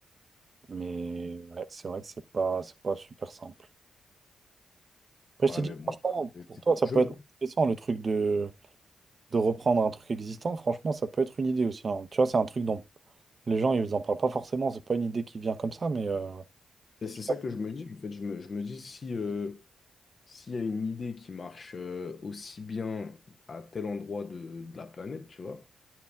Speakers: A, on the right; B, on the left.
A: mais ouais, c'est vrai que c'est pas, c'est pas super simple. Après,
B: Ouais,
A: je t'ai dit,
B: mais moi,
A: franchement,
B: c'est
A: pour toi,
B: le
A: ça
B: jeu.
A: peut être
B: hein.
A: intéressant le truc de, de reprendre un truc existant. Franchement, ça peut être une idée aussi. hein. Tu vois, c'est un truc dont les gens, ils en parlent pas forcément. C'est pas une idée qui vient comme ça, mais. euh,
B: Et c'est
A: je sais
B: ça
A: pas.
B: que je me dis, en fait, je me, je me dis si euh, s'il y a une idée qui marche euh, aussi bien à tel endroit de, de la planète, tu vois,